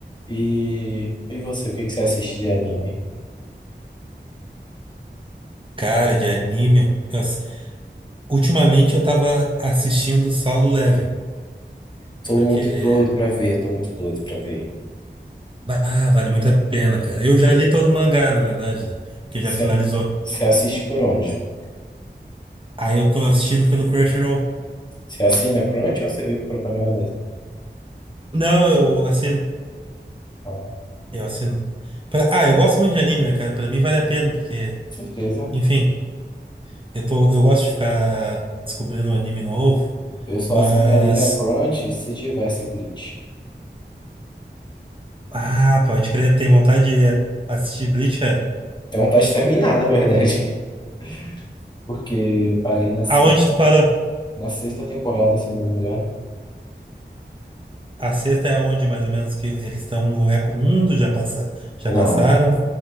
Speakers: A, on the left; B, on the right.
A: E, e você, o que que você assiste de anime?
B: Cara, de anime. eu ass- ultimamente eu tava assistindo Solo Leveling,
A: Tô
B: porque,
A: muito doido pra ver, tô muito doido pra ver.
B: bah, vale muito a pena, cara. Eu já li todo o mangá, na verdade, né? Que
A: Você
B: já finalizou.
A: você assiste por onde?
B: Aí eu tô assistindo pelo Crunchyroll.
A: Você assina Crunch ou você vê propaganda mesmo?
B: Não, eu assino.
A: Ah,
B: Eu assino. Pra- Ah, eu gosto muito de anime, né, cara? Pra mim vale a pena, porque
A: com certeza.
B: Enfim, eu tô, eu gosto de ficar descobrindo um anime novo,
A: Eu só
B: mas.
A: assinaria a Crunch se tivesse Bleach.
B: Ah, pode crer, tem vontade de assistir Bleach, cara.
A: Tenho vontade de terminar, na verdade. <laughs> Porque parei na sexta.
B: Aonde tu parou?
A: na sexta temporada, se eu não me engano.
B: A sexta é aonde, mais ou menos, que eles estão no Eco Mundo, já passa, já
A: Não,
B: passaram.